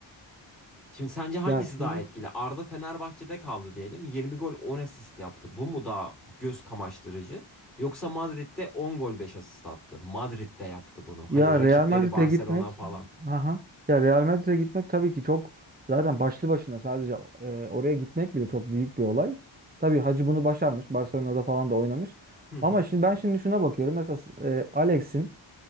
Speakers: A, in the centre; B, on the right.
A: Şimdi sence hangisi
B: Ya
A: daha
B: şimdi
A: etkili? Arda Fenerbahçe'de kaldı diyelim. 20 gol 10 asist yaptı. Bu mu daha göz kamaştırıcı? Yoksa Madrid'de 10 gol 5 asist attı. Madrid'de yaptı bunu. Hani
B: ya
A: rakipleri
B: Real Madrid'e
A: Barcelona
B: gitmek
A: falan.
B: aha. Ya Real Madrid'e gitmek tabii ki çok zaten başlı başına sadece e, oraya gitmek bile çok büyük bir olay. Tabii Hacı bunu başarmış. Barcelona'da falan da oynamış.
A: <laughs>
B: Ama şimdi ben şimdi şuna bakıyorum. Mesela e, Alex'in